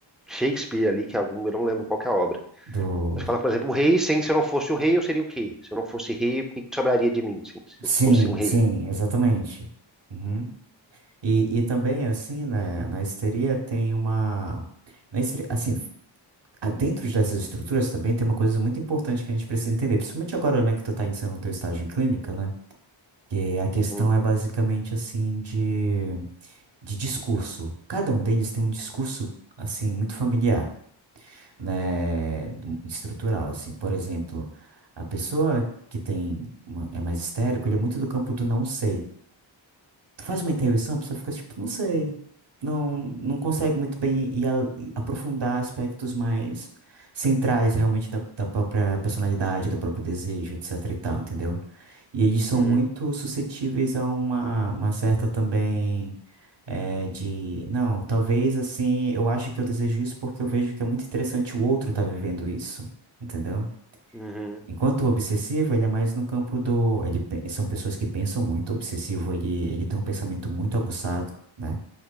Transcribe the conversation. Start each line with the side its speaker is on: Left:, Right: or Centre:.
Centre: Shakespeare ali, que é algum, eu não lembro qual que é a obra.
Right: Do...
Centre: Mas fala, por exemplo, o rei, sem, se eu não fosse o rei, eu seria o quê? Se eu não fosse rei, o que que sobraria de mim se se
Right: Sim,
Centre: eu fosse um rei?
Right: sim, exatamente. Uhum. E, e também, assim, né, na histeria tem uma... Na histeria, assim, a- dentro dessas estruturas também tem uma coisa muito importante que a gente precisa entender, principalmente agora, né, que tu tá iniciando o teu estágio em clínica, né, que a questão
Centre: Uhum,
Right: é basicamente, assim, de, de discurso. Cada um deles tem um discurso, assim, muito familiar. né, do- estrutural, assim. Por exemplo, a pessoa que tem uma- é mais histérico, ele é muito do campo do não sei. Tu faz uma intervenção, a pessoa fica tipo, não sei. Não, não consegue muito bem e a- e aprofundar aspectos mais centrais realmente da, da própria personalidade, do próprio desejo, etc e tal, entendeu? E eles são
Centre: uhum,
Right: muito suscetíveis a uma, uma certa também é de, não, talvez assim, eu acho que eu desejo isso porque eu vejo que é muito interessante o outro estar vivendo isso, entendeu?
Centre: uhum,
Right: Enquanto o obsessivo, ele é mais no campo do, ele pe- são pessoas que pensam muito, o obsessivo, ele, ele tem um pensamento muito aguçado, né?